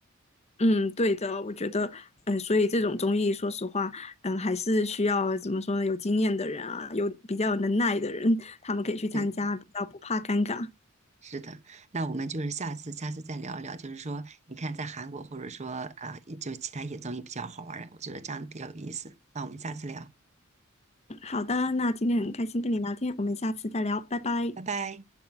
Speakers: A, on the left; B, on the right.
A: 嗯，对的，我觉得，嗯、所以这种综艺，说实话，嗯，还是需要怎么说呢？有经验的人啊，有比较有能耐的人，他们可以去参加，
B: 对，
A: 比较不怕尴尬。
B: 是的。那我们就是下次下次再聊一聊，就是说你看在韩国或者说啊、呃，就其他一些综艺比较好玩儿，我觉得这样比较有意思。那我们下次聊，
A: 好的，那今天很开心跟你聊天，我们下次再聊，拜拜。
B: 拜拜。